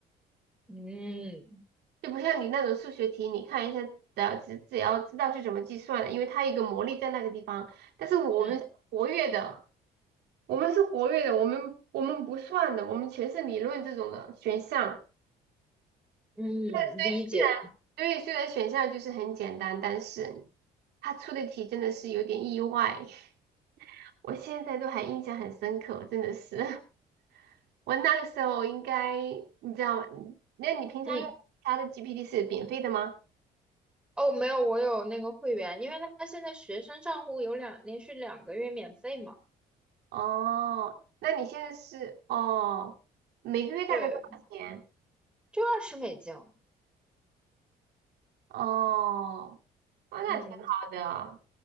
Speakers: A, in the centre; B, on the right.
A: 嗯
B: 就不像你那种数学题，你看一下，只要只只要知道是怎么计算的，因为它有一个魔力在那个地方。但是我们是活跃的，
A: 嗯
B: 我们是活跃的，我们我们不算的，我们全是理论这种的选项。
A: 嗯，
B: 对，所以虽然对，
A: 理解。
B: 所以虽然选项就是很简单，但是他出的题真的是有点意外，<laughs> 我现在都还印象很深刻，真的是。<laughs> 我那个时候应该，你知道吗？那你平常用他的
A: 嗯，
B: GPT 是免费的吗？
A: 哦，没有，我有那个会员，因为他现在学生账户有两连续两个月免费嘛，
B: 哦，那你现在是哦，每个月大概多少钱？
A: 对，就二十美金。
B: 哦，哦，那挺好的。
A: 嗯，